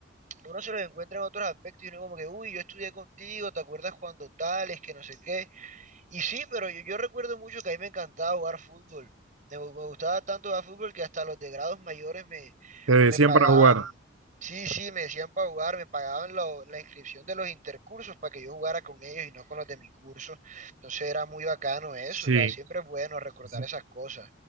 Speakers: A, on the right; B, on the right.
A: uno se los encuentra en otros aspectos y uno como que, uy, yo estudié contigo, ¿te acuerdas cuando tales, que no sé qué? Y sí, pero yo, yo recuerdo mucho que a mí me encantaba jugar fútbol. Me, gu- me gustaba tanto jugar fútbol que hasta los de grados mayores me,
B: Te decían
A: me pagaban,
B: para jugar.
A: sí, sí, me decían para jugar, me pagaban lo- la inscripción de los intercursos para que yo jugara con ellos y no con los de mi curso. Entonces era muy bacano eso,
B: Sí.
A: o sea, siempre es bueno recordar
B: <clears throat>
A: esas cosas.